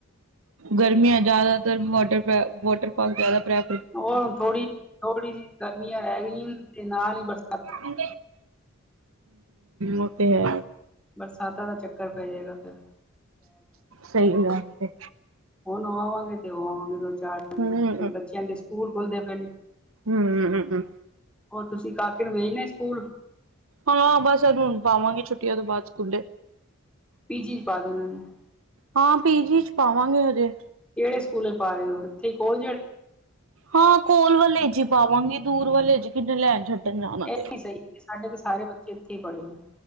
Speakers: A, in the centre; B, on the right.
A: ਹੋਰ
B: ਗਰਮੀਆਂ ਜਿਆਦਾਤਰ ਵਾਟਰ ਵਾਟਰ ਪਾਰਕ ਜਿਆਦਾ ਪ੍ਰਿਆ-
A: ਉਹ ਥੋੜੀ- ਥੋੜੀ ਜਿਹੀ ਗਰਮੀਆਂ ਰਹਿ ਗਈਆਂ ਤੇ ਨਾਲ ਹੀ ਬਰ-
B: ਹੂੰ ਉਹ ਤੇ ਹੈ।
A: ਬਰਸਾਤਾਂ ਦਾ ਚੱਕਰ ਪੈ ਜਾਏਗਾ ਫੇਰ।
B: ਸਹੀ ਗੱਲ ਤੇ।
A: ਹੁਣ ਹੋ ਆਵਾਂਗੇ ਤੇ, ਹੋ ਆਵਾਂਗੇ ਦੋ- ਚਾਰ ਦਿਨ।
B: ਹੂੰ,
A: ਫੇਰ ਬੱਚਿਆਂ ਦੇ ਸਕੂਲ ਖੁੱਲਦੇ ਪਏ ਨੇ।
B: ਹੂੰ-ਹੂੰ, ਹੂੰ- ਹੂੰ।
A: ਉਹ ਤੁਸੀਂ ਕਾਕੇ ਨੂੰ ਭੇਚਣੇ ਸਕੂਲ?
B: ਹਾਂ ਬਸ ਹੁਣ ਉਹਨੂੰ ਪਾਵਾਂਗੇ ਛੁੱਟੀਆਂ ਤੋਂ ਬਾਅਦ ਸਕੂਲੇ।
A: ਪੀਜੀ ਚ ਪਾ ਦੇਣਾ ਇਨੂੰ।
B: ਹਾਂ ਪੀਜੀ ਚ ਪਾਵਾਂਗੇ ਹਜੇ।
A: ਕੇੜੇ ਸਕੂਲੇ ਪਾ ਰੇ ਓ ਏਥੇ ਕੋਲ ਜੇੜੇ?
B: ਹਾਂ ਕੋਲ ਵਾਲੇ ਹੀ ਚ ਪਾਵਾਂਗੀ। ਦੂਰ ਵਾਲੇ ਜੀ ਕਿੰਨੇ ਲੈਣ ਛੱਡਣ ਜਾਣਾ
A: ਇਹ
B: ਪਏਗਾ।
A: ਨੀ ਸਹੀ ਸਾਡੇ ਤੇ ਸਾਰੇ ਬੱਚੇ ਏਥੇ ਈ ਪੜੇ ਨੇ।